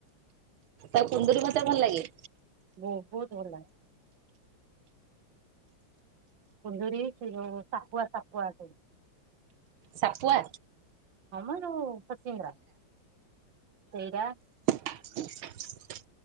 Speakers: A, on the right; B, on the right.
A: ଅ କୁନ୍ଦୁରି ଭଜା ଭଲ ଲାଗେ?
B: ବହୁତ ଭଲ ଲାଗେ। କୁନ୍ଦୁରି ସେ ଯୋଉ ସାପୁଆ ସାପୁଆ ଆସେ।
A: ସାପୁଆ?
B: ହଁ ମ ଯୋଉ ସଚିନ୍ଦ୍ରା ସେଇଟା।
A: ଆ